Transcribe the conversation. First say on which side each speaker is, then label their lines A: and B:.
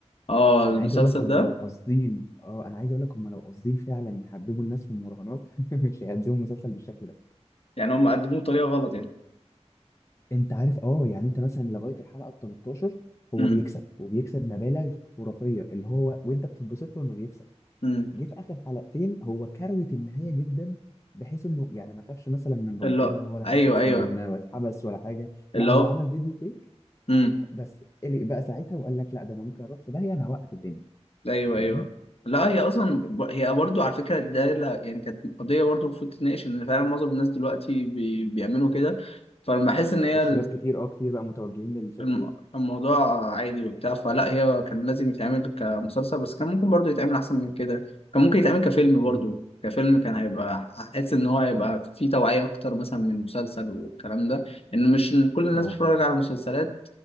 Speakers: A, on the left; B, on the left.
A: اه المسلسل
B: انا عايز اقول لك هم
A: ده
B: لو قاصدين اه انا عايز اقول لك هم لو قاصدين فعلا يحببوا الناس في المراهنات <laughs> مش هيقدموا مسلسل بالشكل ده
A: يعني هم قدموه بطريقه غلط يعني
B: انت عارف اه يعني انت مثلا لغايه الحلقه ال 13 هو
A: امم
B: بيكسب وبيكسب مبالغ خرافيه اللي هو وانت بتتبسط له انه بيكسب
A: امم
B: جه في اخر حلقتين هو كروت النهايه جدا بحيث انه يعني ما خافش مثلا من ربنا
A: اللي
B: ولا
A: ايوه
B: خاف مثلا
A: ايوه
B: واتحبس ولا حاجه
A: اللي
B: لا هو
A: هو
B: عمل فيديو فيك
A: امم
B: بس قلق بقى ساعتها وقال لك لا ده انا ممكن اروح في داهيه انا هوقف الدنيا
A: ايوه
B: فاهم
A: ايوه لا هي اصلا ب- هي برضو على فكره ده لا يعني كانت قضيه برضو المفروض تتناقش ان فعلا معظم الناس دلوقتي بي... بيعملوا كده فانا بحس ان هي
B: الشباب كتير اه كتير بقى متوجهين للفكره
A: الم-
B: دي
A: الموضوع عادي وبتاع فلا هي كان لازم يتعمل كمسلسل بس كان ممكن برضه يتعمل أحسن من كده كان ممكن يتعمل كفيلم برضه
B: امم
A: كفيلم كان هيبقى حاسس إن هو هيبقى فيه توعية أكتر مثلا من المسلسل والكلام ده إن مش كل الناس
B: اه
A: بتتفرج على المسلسلات